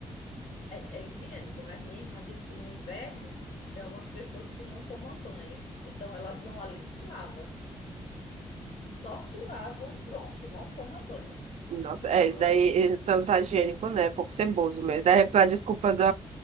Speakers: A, on the left; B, on the right.
A: É, é higiênico, mas minha irmã disse que no inverno tem algumas pessoas que não tomam banho. Então elas vão ali e se lavam. Só se lavam e pronto, não toma banho.
B: Nossa,
A: Então
B: é, isso
A: eu
B: daí
A: achei.
B: eh, tanto tá higiênico, né? É pouco ceboso mas Daí é pra desculpa do